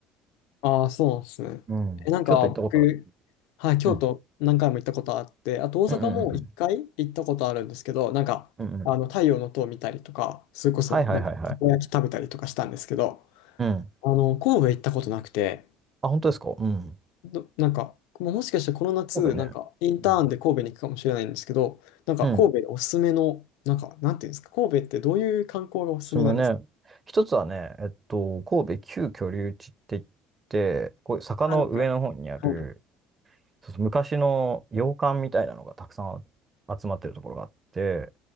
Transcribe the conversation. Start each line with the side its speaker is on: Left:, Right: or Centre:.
Left: ああ、そうなんですね。
Right: うん。
Left: え、なんか僕、
Right: 京都行ったことある。
Left: はい、京都何回も行ったことあって、
Right: うん。
Left: あと大阪も一回行ったことあるんですけど、
Right: うんうんうんうん。
Left: なんか、
Right: うんうんうん。
Left: あの、太陽の塔見たりとか、それこそ、
Right: はいはいはいはい。
Left: なんか、たこ焼き食べたりとかしたんですけど、
Right: うん。
Left: あの、神戸行ったことなくて、
Right: あ、本当ですかうん。
Left: ど、なんか、もうもしかしてこの夏、
Right: 神戸ね。
Left: なんか、インターンで神戸に行くかもしれないんですけど、
Right: うん。
Left: なんか、
Right: うん
Left: 神戸でおすすめの、なんか、なんていうんですか、神戸ってどういう観光がおすすめなんですか
Right: おすすめね。一つはね、えっと、神戸旧居留地って言って、こういう坂の上の方にある、
Left: あ、なんか、はい
Right: そうそう昔の洋館みたいなのがたくさん集まってるところがあって、